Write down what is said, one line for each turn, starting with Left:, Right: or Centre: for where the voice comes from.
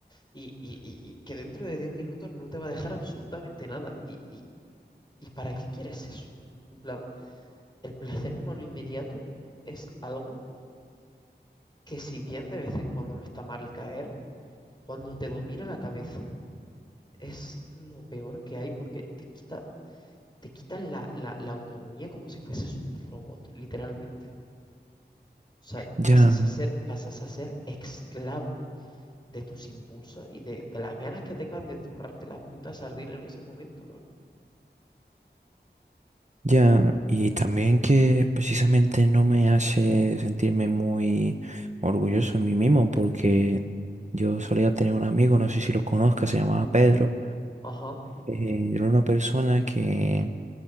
Left: y, y- y- y que dentro de 10 minutos no te va a dejar absolutamente nada. ¿Y, y- y para qué quieres eso? En plan, el placer humano inmediato es algo que si bien de vez en cuando no está mal caer, cuando te domina la cabeza es lo peor que hay porque te quita te quitan la, la- la autonomía como si fueses un robot, literalmente. O sea,
Right: Ya,
Left: pasas a ser, pasas a ser esclavo de tus impulsos y de, de las ganas que tengas de zurrarte la puta sardina en ese momento, bro.
Right: ya. Y también que precisamente no me hace sentirme muy orgulloso en mí mismo porque yo solía tener un amigo, no sé si lo conozcas, se llamaba Pedro.
Left: Ajá,
Right: Eh, era una persona que